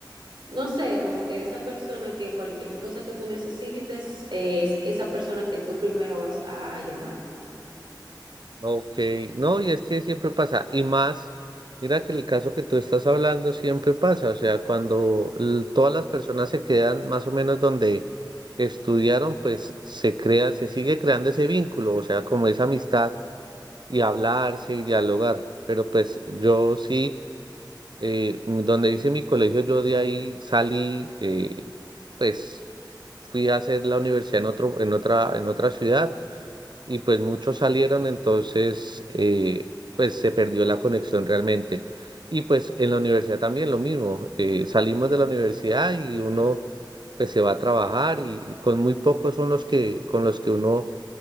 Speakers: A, on the right; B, on the right.
A: no sé, como que esa persona que cualquier cosa que tú necesites es esa persona que tú primero vas a llamar.
B: Ok, no, y es que siempre pasa, y más, mira que el caso que tú estás hablando siempre pasa, o sea, cuando l- todas las personas se quedan más o menos donde estudiaron, pues se crea, se sigue creando ese vínculo, o sea, como esa amistad y hablarse y dialogar, pero pues yo sí, eh, m- donde hice mi colegio, yo de ahí salí, eh, pues fui a hacer la universidad en otro, en otra, en otra ciudad y pues muchos salieron, entonces eh, pues se perdió la conexión realmente. Y pues en la universidad también lo mismo, eh, salimos de la universidad y uno pues se va a trabajar y, y con muy pocos son los que con los que uno